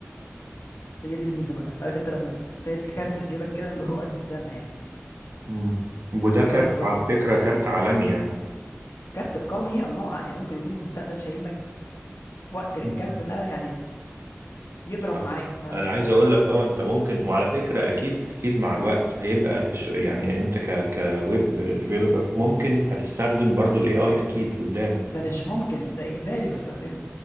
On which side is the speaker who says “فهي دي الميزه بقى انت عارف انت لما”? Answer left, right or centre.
Left